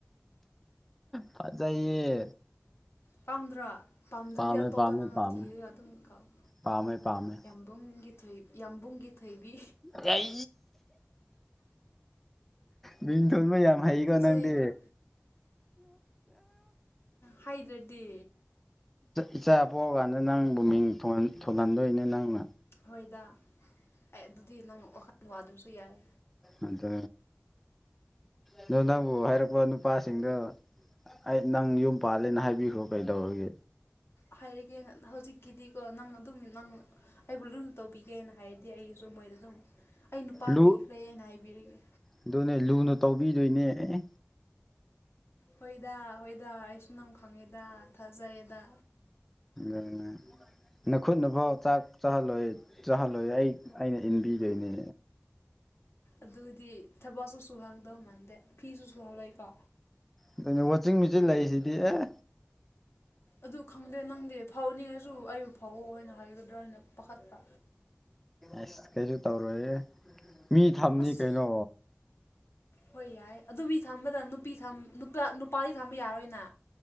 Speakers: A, in the centre; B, on the left.
A: ꯐꯖꯩꯌꯦ
B: ꯄꯥꯝꯗ꯭ꯔꯣ ꯄꯥꯝꯗ꯭ꯔꯗꯤ
A: ꯄꯥꯝꯃꯦ
B: ꯑꯇꯣꯞꯄ
A: ꯄꯥꯝꯃꯦ
B: ꯅꯪꯅ
A: ꯄꯥꯝꯃꯦ
B: ꯊꯤꯔꯒ ꯑꯗꯨꯝ ꯀꯥꯎ ꯌꯥꯝ
A: ꯄꯥꯝꯃꯦ ꯄꯥꯝꯃꯦ
B: ꯌꯥꯝꯕꯨꯡꯒꯤ ꯊꯣꯏ ꯌꯥꯝꯕꯨꯡꯒꯤ ꯊꯣꯏꯕꯤ
A: ꯀ <unintelligible> ꯃꯤꯡꯊꯣꯟꯕ ꯌꯥꯝ ꯍꯩꯀꯣ
B: ꯐꯖꯩꯀꯣ
A: ꯅꯪꯗꯤ
B: ꯍꯥꯏꯗ꯭ꯔꯗꯤ
A: ꯏꯆꯥ ꯄꯣꯛꯑꯀꯥꯟꯗ ꯅꯪꯕꯨ ꯃꯤꯡ ꯊꯣꯟꯍꯟꯗꯣꯏꯅꯦ ꯅꯪꯅ
B: ꯍꯣꯏꯗ ꯑꯩ ꯑꯗꯨꯗꯤ ꯅꯪ ꯋꯥꯈꯜ ꯋꯥꯗ꯭ꯔꯁꯨ ꯌꯥꯏ
A: ꯑꯗꯨ ꯑꯗꯣ ꯅꯪꯕꯨ ꯍꯥꯏꯔꯛꯄ ꯅꯨꯄꯥꯁꯤꯡꯗꯣ ꯑꯩ ꯅꯪ ꯌꯨꯝ ꯄꯥꯜꯂꯦꯅ ꯍꯥꯏꯕꯤꯈ꯭ꯔꯣ ꯀꯩꯗꯧꯔꯒꯦ꯫
B: ꯍꯥꯏꯔꯒꯦ ꯍꯧꯖꯤꯛꯀꯤꯗꯤꯀꯣ ꯅꯪ ꯑꯗꯨꯝ ꯅꯪ ꯑꯩꯕꯨ ꯂꯨꯅ ꯇꯧꯕꯤꯒꯦꯅ ꯍꯥꯏꯔꯗꯤ ꯑꯩꯁꯨ ꯃꯣꯏꯗ ꯑꯗꯨꯝ ꯑꯩ ꯅꯨꯄꯥ
A: ꯂꯨ
B: ꯂꯩꯈ꯭ꯔꯦꯅ ꯍꯥꯏꯕꯤꯔꯒꯦ꯫
A: ꯑꯗꯨꯅꯦ ꯂꯨꯅ ꯇꯧꯕꯤꯗꯣꯏꯅꯦ ꯑꯦ
B: ꯍꯣꯏꯗ-ꯍꯣꯏꯗ ꯑꯩꯁꯨ ꯅꯪ ꯈꯪꯉꯦꯗ ꯊꯥꯖꯩꯌꯦꯗ꯫
A: ꯑꯗꯨꯅꯦ ꯅꯈꯨꯠꯅꯐꯥꯎ ꯆꯥꯛ ꯆꯥꯍꯜꯂꯣꯏ-ꯆꯥꯍꯜꯂꯣꯏ ꯑꯩ- ꯑꯩꯅ꯫ ꯏꯟꯕꯤꯗꯣꯏꯅꯦ꯫
B: ꯑꯗꯨꯗꯤ ꯊꯕꯛꯁꯨ ꯁꯨꯍꯜꯗꯧ ꯃꯥꯟꯗꯦ ꯐꯤꯁꯨ ꯁꯨꯍꯜꯂꯣꯏꯀꯣ꯫
A: ꯑꯗꯨꯅꯦ ꯋꯥꯆꯤꯡ ꯃꯦꯆꯤꯟ ꯂꯩꯔꯤꯁꯤꯗꯤ ꯑꯦ꯫
B: ꯑꯗꯨ ꯈꯪꯗꯦ ꯅꯪꯗꯦ ꯐꯥꯎꯅꯤꯡꯉꯁꯨ ꯑꯩꯕꯨ ꯐꯥꯎꯋꯣ ꯍꯥꯏꯅ ꯍꯥꯏꯒꯗ꯭ꯔꯥ ꯍꯥꯏꯅ ꯄꯥꯈꯠꯄ
A: ꯑꯁ ꯀꯩꯁꯨ ꯇꯧꯔꯣꯏꯌꯦ ꯃꯤ ꯊꯝꯅꯤ
B: ꯑꯁ
A: ꯀꯩꯅꯣ꯫
B: ꯍꯣꯏ ꯌꯥꯏ ꯑꯗꯨ ꯊꯝꯕꯗ ꯅꯨꯄꯤ ꯊꯝ ꯅꯨ-ꯅꯨꯄꯥꯗꯤ ꯊꯝꯕ ꯌꯥꯔꯣꯏꯅ